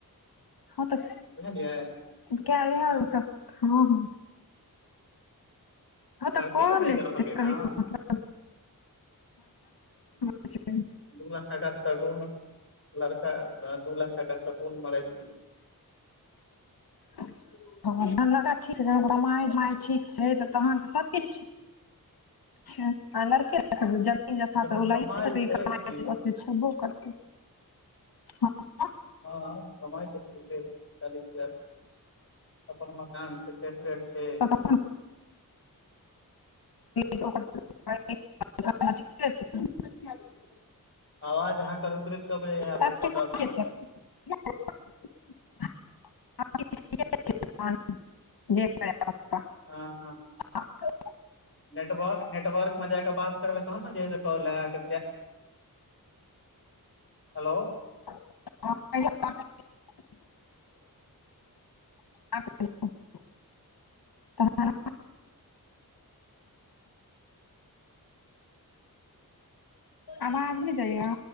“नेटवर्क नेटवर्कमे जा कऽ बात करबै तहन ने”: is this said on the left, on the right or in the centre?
Left